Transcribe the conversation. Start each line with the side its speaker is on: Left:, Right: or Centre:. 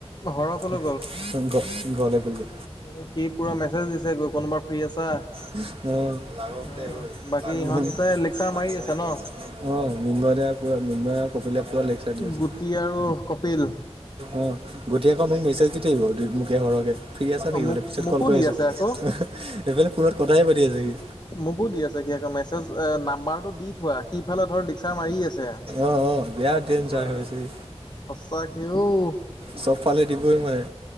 Left: ঘৰৰ ক'লৈ
Right: <unintelligible> ঘ ঘৰলে গ'লগে।
Left: উম, সি পোৰা মেছেজ দিছে গৈ কোনোবা ফ্ৰী আছা।
Right: অ', <unintelligible>
Left: উম বাকী ইহঁত দুটাই লেকচাৰ মাৰি আছে ন
Right: অ', মৃন্ময় দাই পোৰা মৃন্ময় আৰু কপিলে পোৰা লেকচাৰ দি আছে।
Left: গুটি আৰু কপিল
Right: অ', <unintelligible> আকৌ মোক মেছেজ দি থাকিব মোকে <unintelligible> ফ্ৰী আছা
Left: অ
Right: নেকি
Left: মোক
Right: বোলে পিছত
Left: মোকো
Right: কল কৰি
Left: দি
Right: আছোঁ,
Left: আছে আকৌ
Right: সেইফালে ফোনত কথাইে পাতি আছে সি।
Left: মোকো দি আছে সি আকৌ মেছেজ এ নাম্বাৰটো দি থোৱা, সি ইফালে ধৰ লেকচাৰ মাৰি আছ <unintelligible>
Right: অ', অ', বেয়া ডেঞ্জাৰ
Left: বা
Right: হৈ আছে সি।
Left: সঁচাকে অ'।
Right: চবফালে দিবই মানে।